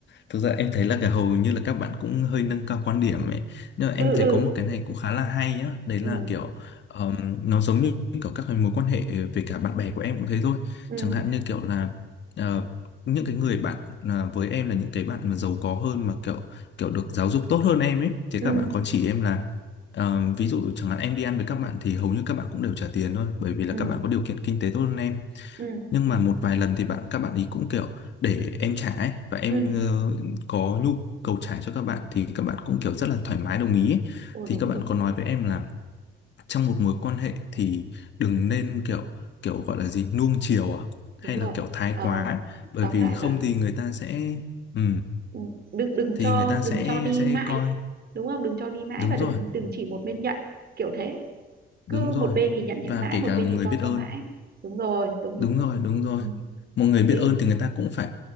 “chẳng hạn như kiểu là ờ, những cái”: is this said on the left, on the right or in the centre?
Left